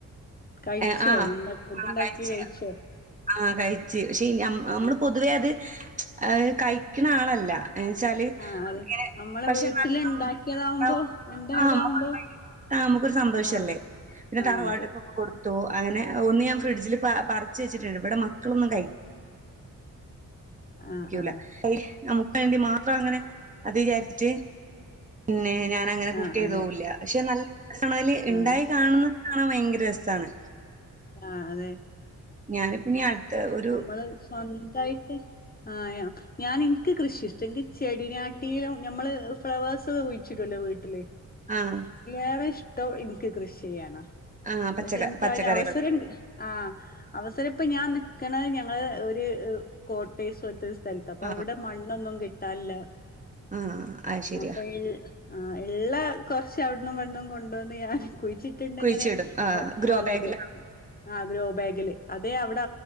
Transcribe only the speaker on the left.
കഴിച്ചോ?
ഉണ്ട ഫുഡ്ണ്ടാക്കി
കഴിച്ചോ?
ആഹ്
ആഹ് അത്
നമ്മളെ
വീട്ടില്
ഇണ്ടാക്കിയതാവുമ്പോ
ഇണ്ടായതാവുമ്പോ
ആഹ്
ആഹ്
അതെ
ആഹ്
ആഹ്
ആഹ് അതെ
ആഹ്
ആഹ് അതെ
അമ്മള് സ്വന്തായിട്ട് ആയാ ഞാന് ഇൻക്ക് കൃഷി ഇഷ്ടാ. ഇൻക്ക് ചെടിനാട്ടിലും ഞമ്മള് ഫ്ളവേഴ്സ് കുഴിച്ച്ടൂലേ വീട്ടില്
ഏറെ ഇഷ്ടം ഇൻക്ക് കൃഷിയാണ്.
പഷെ ഇൻക്ക്
അയിന് അവസരം ആഹ് അവസരം പ്പ ഞാൻ നിക്കണ ഞങ്ങള് ഒര് കോട്ടയ്സ് പോൽത്തൊരു സ് സ്ഥലത്താ. അപ്പ
അവ്ടെ മണ്ണൊന്നും കിട്ടാല്ല.
അപ്പയ് ആഹ് ഇള്ള കൊറച്ച് അവട്ന്നും ഇവട്ന്നും കൊണ്ടോന്ന് ഞാൻ കുഴിച്ചി ട്ട്ങ്ങനെ
ആ
ഇടും. ആഹ് ഗ്രോ ബാഗില്. അതെ അവിടെ